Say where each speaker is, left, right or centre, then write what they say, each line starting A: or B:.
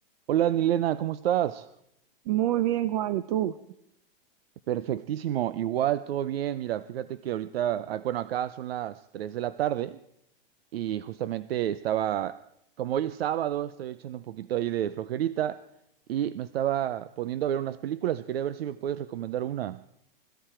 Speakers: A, on the right; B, on the right.
A: Hola, Nilena, ¿cómo estás?
B: Muy bien, Juan, ¿y tú?
A: Perfectísimo, igual, todo bien. Mira, fíjate que ahorita, ah, bueno, acá son las 3 de la tarde y justamente estaba, como hoy es sábado, estoy echando un poquito ahí de flojerita y me estaba poniendo a ver unas películas y quería ver si me puedes recomendar una.